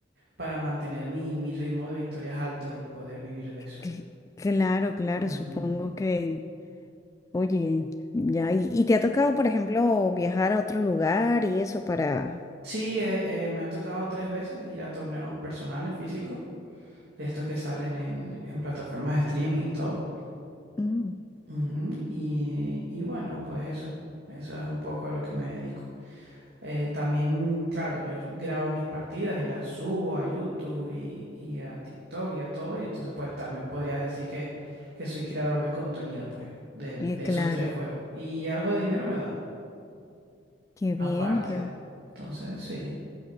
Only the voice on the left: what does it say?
Cl- Claro, claro,
supongo que, oye, ya, y, y te ha tocado, por ejemplo, viajar a otro lugar y eso para...
Mm,
eh,
claro,
qué
bien, que,